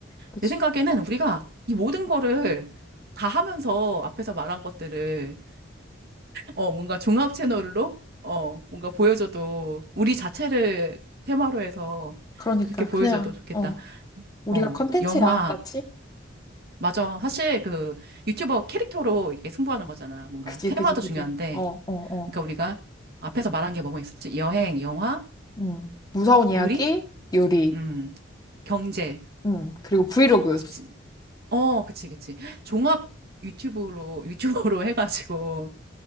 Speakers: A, on the left (about 20°); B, on the right (about 55°).
A: 그지.
B: 내 생각에는 우리가 이 모든 거를 다 하면서 앞에서 말한 것들을, 어, 뭔가 종합 채널로, 어, 뭔가 보여줘도, 우리 자체를 테마로 해서
A: 그러니까,
B: 그렇게 보여줘도
A: 그냥,
B: 좋겠다.
A: 어. 우리가
B: 어,
A: 컨텐츠야,
B: 영화,
A: 맞지?
B: 맞아. 사실 그 유튜버 캐릭터로 이게 승부하는 거잖아. 뭔가
A: 그지,
B: 테마도
A: 그지, 그지.
B: 중요한데,
A: 어, 어, 어.
B: 그러니까 우리가 앞에서 말한 게 뭐뭐 있었지? 여행, 영화,
A: 음 무서운 이야기,
B: 요리,
A: 요리.
B: 음, 경제.
A: 음, 그리고 브이로그.
B: 지- 어, 그치, 그치. 종합 유튜브로, 유튜버로 <laughs> 해가지고,